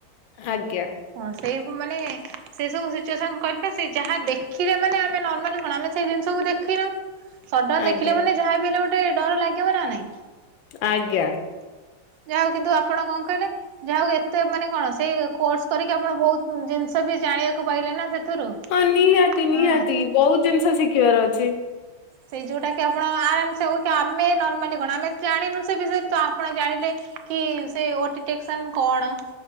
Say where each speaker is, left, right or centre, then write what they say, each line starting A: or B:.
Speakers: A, on the left; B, on the right.
A: ଆଜ୍ଞା
B: ହଁ ସେଇବୁ ମାନେ ସେ ସବୁ ସିଚୁଏସନ କରେ ସେ ଯାହା ଦେଖିଲେ ମାନେ ଆମେ ନର୍ମାଲି କଣ ଆମେ ସେ ଜିନିଷକୁୁ ଦେଖିନୁ ହଠାତ୍
A: ଆଜ୍ଞା।
B: ଦେଖିଲେ ମାନେ ଯାହା ବିି ହେଲେ ଗୋଟେ ଡର ଲାଗିବ ନା ନାଇଁ
A: ଆଜ୍ଞା
B: ଯାହା କିନ୍ତୁ ଆପଣ କଣ କହିଲେ ଯାହା ଏତେ ମାନେ କଣ ସେଇ କୋର୍ସ କରିକି ଆପଣ ବହୁତ ଜିନିଷ ବି ଜାଣିବାକୁ ପାଇଲେ ନା ସେଥିରୁ
A: ହଁ ନିହାତି ନିହାତି
B: ହଁ।
A: ବହୁ ଜିନିଷ ଶିଖିବାର ଅଛି।
B: ସେଇ ଯୋଉଟା କି ଆପଣ ଆରାମ ସେ ହଉ କି ଆମେ ନର୍ମାଲି କଣ ଆମେ ଜାଣିନୁ ସେ ବିଷୟରେ ତ ଆପଣ ଜାଣିଲେ କି ସେ ନୋଟିଫିକେଶନ କଣ